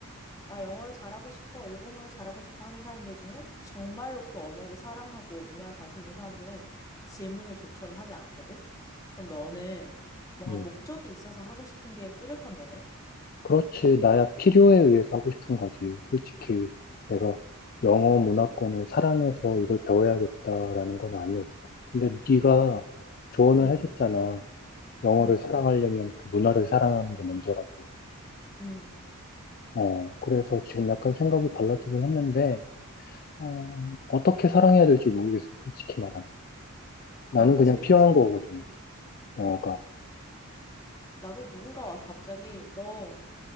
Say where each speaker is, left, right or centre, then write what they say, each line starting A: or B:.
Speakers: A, on the left; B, on the left.
A: 나 영어를 잘하고 싶어, 일본어를 잘하고 싶어 하는 사람들 중에 정말로 그 언어를 사랑하고 문화에 관심 있는 사람들은 질문을 좀처럼 하지 않거든? 그럼 너는 뭔가
B: 음,
A: 목적이 있어서 하고 싶은 게 뚜렷한 거네?
B: 그렇지. 나야 필요에 의해서 하고 싶은 거지. 솔직히 내가 영어 문화권을 사랑해서 이걸 배워야겠다라는 건 아니었어. 근데 네가 조언을
A: 응,
B: 해줬잖아. 영어를
A: 응,
B: 사랑하려면 그 문화를 사랑하는 게 먼저라고.
A: 응.
B: 어, 그래서 지금 약간 생각이 달라지긴 했는데, 어, 어떻게 사랑해야 될지 모르겠어. 솔직히 말하면.
A: 그렇지.
B: 나는 그냥 필요한 거거든. 영어가.
A: 나도 누군가 와서 갑자기 너